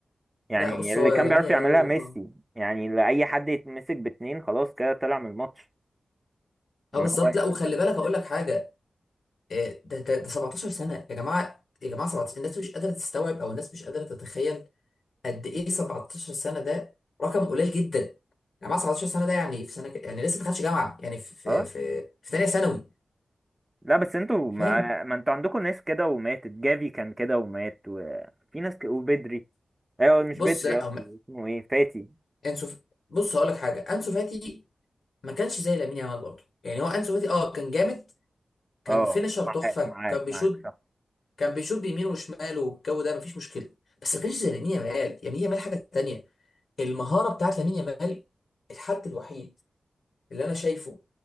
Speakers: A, on the right; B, on the left.
A: يعني
B: لا بص
A: مم.
B: هو
A: اللي
B: لامين
A: كان بيعرف
B: يامال
A: يعملها ميسي
B: اه
A: يعني لأي حد يتمسك باتنين خلاص كده طلع من الماتش ان
B: اه بالظبط
A: هو يتمسك
B: لا وخلي
A: بثلاثة
B: بالك اقول لك حاجه آه، ده ده ده 17 سنه يا جماعه يا جماعه 17 الناس مش قادره تستوعب او الناس مش قادره تتخيل قد ايه 17 سنه ده رقم قليل جدا انا مع 17 سنه ده يعني في سنه ك... يعني لسه ما دخلتش جامعه يعني في
A: اه
B: في في, في ثانيه ثانوي
A: لا بس انتوا ما,
B: فاهم
A: ما انتوا عندكم ناس كده وماتت جافي كان كده ومات وفي ناس ك... وبدري ايوه مش
B: بص
A: بدري
B: لا
A: قصدي
B: هم
A: اسمه ايه فاتي
B: انسو ف- بص هقول لك حاجه انسو فاتي ما كانش زي لامين يامال برضه يعني هو انسو فاتي اه كان جامد كان
A: اه
B: فينشر
A: معاك
B: تحفه
A: معاك
B: كان بيشوط
A: معاك صح
B: كان بيشوط بيمينه وشماله والجو ده مفيش مشكله بس ما كانش زي لامين يامال لامين يامال حاجه تانيه المهاره بتاعت لامين يامال الحد الوحيد اللي انا شايفه